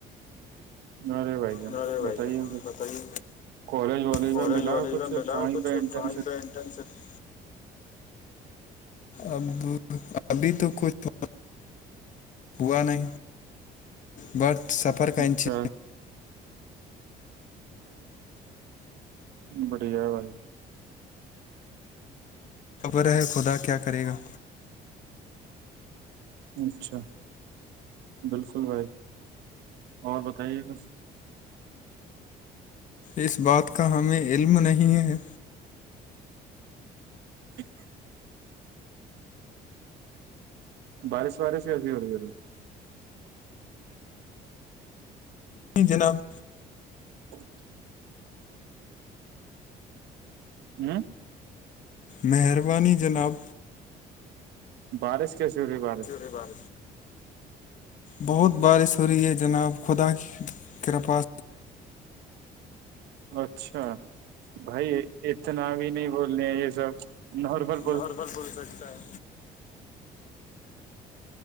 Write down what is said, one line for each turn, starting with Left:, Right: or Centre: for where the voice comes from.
Right: آپ ارے بھائی جان
Left: برے بھائی
Right: بتائیے
Left: ج
Right: کچھ
Left: بتائیے
Right: کالج والج
Left: کالج
Right: میں ملا
Left: والالج
Right: کچھ
Left: میں ملا
Right: کہیں
Left: کچھ
Right: پہ انٹرنس
Left: کہیں پہ انٹرن شپ اب ابھی تو کچھ ہوا نہیں برت سفرک
Right: اچھا
Left: کی
Right: بڑھیا بی
Left: خبر ہے خدا کیا کرے گا
Right: اچھا بالکل بھائی اور بتائیے کچھ
Left: اس بات کا ہمیں علم نہیں ہے
Right: <unintelligible> بارش وارش ہیسیھی ہو رہی ہے تو
Left: جناب
Right: <unintelligible> ہوں
Left: مہربانی جناب
Right: بارش کیسی ہو رہی ہے بارش
Left: بار بہت بارش ہو رہی ہے جناب خدا کر پا
Right: اچھا بھائی اتنا بھی نہیں بولنے ہیں یہ سب نارمل
Left: نارمل بول سکتا ہے